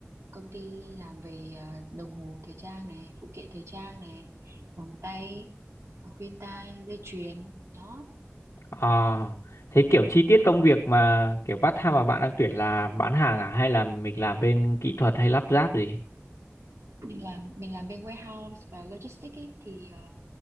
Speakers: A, on the right (about 80°); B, on the left (about 80°).
A: công ty làm về ờ, đồng hồ thời trang này phụ kiện thời trang này vòng tay ờ, khuyên tai dây chuyền đó
B: à thế kiểu chi tiết công việc mà kiểu part time mà bạn đang tuyển là bán hàng à hay là mình làm bên kỹ thuật hay lắp ráp gì
A: mình làm mình làm bên warehouse và logistics ý, thì à,